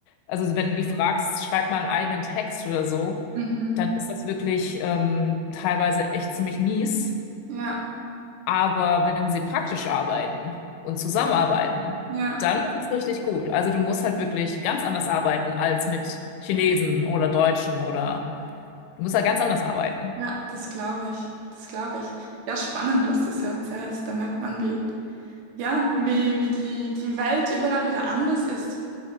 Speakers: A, on the left (about 90°); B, on the right (about 80°).
A: also wenn du die fragst, schreib mal einen eigenen Text oder so,
B: mhm.
A: dann ist das wirklich ähm, teilweise echt ziemlich mies.
B: Ja,
A: Aber wenn sie praktisch arbeiten und zusammenarbeiten,
B: ja.
A: dann ist es richtig gut. Also du musst halt wirklich ganz anders arbeiten als mit Chinesen oder Deutschen oder du musst halt ganz anders arbeiten.
B: Ja, das glaube ich. Das glaube ich. Ja, spannend, was du so erzählst. Da merkt man, wie, ja, wie, wie die, die Welt überall wieder anders ist.